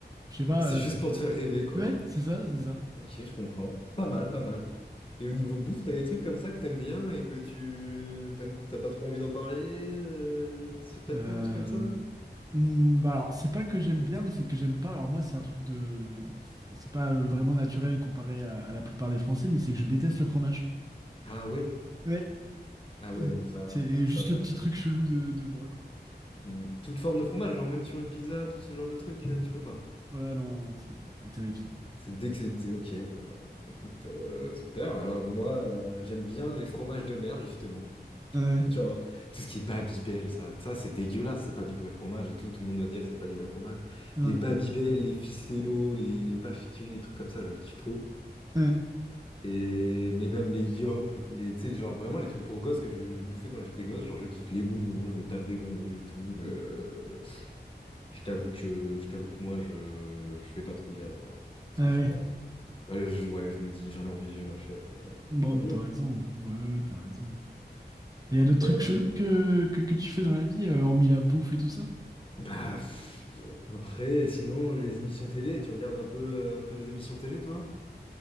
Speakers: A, on the right; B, on the left.
A: je sais pas,
B: C'est
A: euh,
B: juste pour
A: euh,
B: te faire rêver, quoi.
A: ouais, c'est ça, c'est ça.
B: Ok, je comprends. C'est pas mal, pas mal. Et au niveau bouffe, t'as des trucs comme ça que t'aimes bien et que tu t'aimes- t'as pas trop envie d'en parler euh, secrètement,
A: Euh,
B: un truc comme ça?
A: Hmm, bah alors, c'est pas que j'aime bien, mais c'est que j'aime pas. Alors moi, c'est un truc de... C'est c'est pas euh, vraiment naturel comparé à, à la plupart des Français, mais c'est que je déteste le fromage.
B: Ah ouais?
A: Ouais.
B: Ah ouais,
A: Euh,
B: non, ça,
A: C'est
B: ça,
A: juste
B: ça va pas
A: le
B: le
A: petit
B: faire.
A: truc chelou de, de moi, quoi.
B: Hmm. Toute forme de fromage, genre même sur une pizza, tout ce genre de truc, euh, tu peux pas.
A: Ouais, non, non, c'est c'est terrible ça.
B: C'est dès que c'est dit, ok, bon bah écoute, euh, super. Alors moi, euh, j'aime bien les fromages de merde, justement.
A: Ouais,
B: <laughs> Genre, tout ce qui est Babybel, ça, ça c'est dégueulasse, c'est pas du vrai fromage et tout, tout le monde va dire que c'est pas du vrai fromage.
A: ouais, ouais.
B: Les Babybel, les Ficello, les, les vaches qui rient, les trucs comme ça, je kiffe trop.
A: ouais.
B: Et, mais même les Yop, les, tu sais, genre vraiment les trucs pour gosses que je, je bouffais quand j'étais gosse, genre je kiffe les bonbons, je me tape des bonbons et tout. euh, je t'avoue que, je t'avoue que moi, je, je fais pas trop gaffe, hein, ce
A: Ah
B: que je
A: ouais.
B: prends. Bah, je, ouais, je me dis, j'en ai envie, je l'achète. euh,
A: Bon,
B: tant
A: bah,
B: mieux.
A: t'as raison.
B: hein.
A: Ouais, ouais, t'as raison. Et y a d'autres
B: Et
A: trucs
B: après?
A: chelous que, que, que tu fais dans la vie, euh, hormis la bouffe et tout ça?
B: Bah, pff, après, sinon, les émissions télé, tu regardes un peu, euh, un peu des émissions télé, toi?